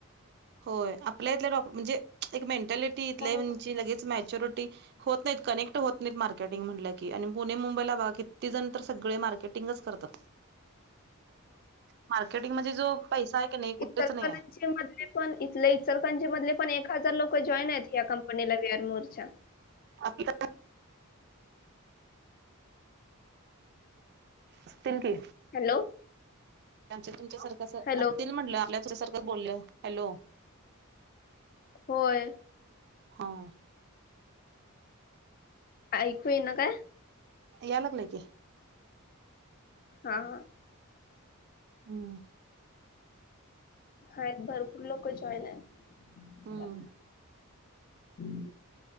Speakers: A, on the right (about 50°); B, on the left (about 40°).
A: होय आपल्यातल्या डॉ म्हणजे एक मेंटॅलिटी इथय
B: होय
A: म्हणे लगेच म चिरोटी होत नाही कनेक्ट होत नाहीत मार्केटिंग म्हणलं की आणि पुणे मुंबईला बघा किती जण तर सगळे मार्के मार्केटिंगच करतात. मार्केटिंग म्हणजे जो पैसा आहे की नाही कुठेच
B: इतरकांचे
A: नाही आहे.
B: मले पण इथल्या इतरकांचे मधले पण एक हजार लोक जॉइनेत या कंपनी ला वी आर मोर् च्या.
A: आपल्या असतील की
B: हॅलो
A: आमच्या- तुमच्या सारख
B: हॅलो
A: असतील म्हंलं आपल्यासारख बोल हॅलो.
B: होय.
A: ह.
B: ऐकू यईना काय?
A: यालागलय की.
B: हा ह.
A: हम्म.
B: हा भरपूर लोक जॉईने.
A: हम्म
B: ह <inaudible>